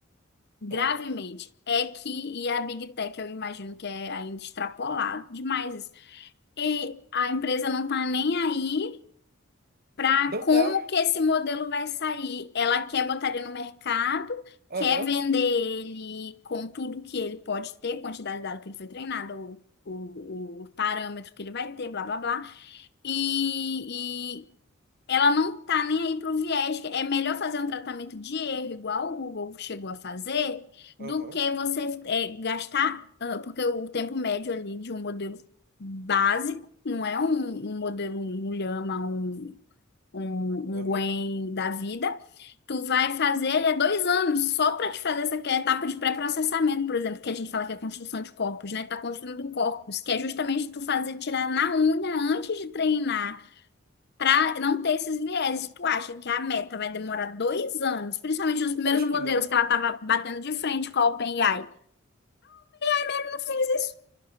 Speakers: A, on the left; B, on the right.
A: gravemente.
B: Ah,
A: É que, e a Big Tech, eu imagino que é ainda extrapolado demais isso. E a empresa não tá nem aí para
B: não
A: como
B: tá.
A: que esse modelo vai sair. Ela quer botar ele no mercado,
B: Aham,
A: quer vender ele com tudo que ele pode ter, quantidade de dado que ele foi treinado, o, o, o parâmetro que ele vai ter, blá, blá, blá. E, e ela não tá nem aí pro viés. que É melhor fazer um tratamento de erro, igual o Google chegou a fazer, do
B: aham,
A: que você é, gastar, ah, porque o tempo médio ali de um modelo básico, não é um, um modelo, um Llama, um, um,
B: aham.
A: um Gwen da vida. Tu vai fazer, ele é dois anos, só para te fazer essa que é a etapa de pré-processamento, por exemplo, que a gente fala que é construção de corpos, né? Tá construindo corpos, que é justamente tu fazer tirar na unha antes de treinar para não ter esses vieses, tu acha que a Meta vai demorar dois anos, principalmente nos primeiros
B: Acho
A: modelos
B: que não.
A: que ela estava batendo de frente com a OpenAI? Ela não fez isso.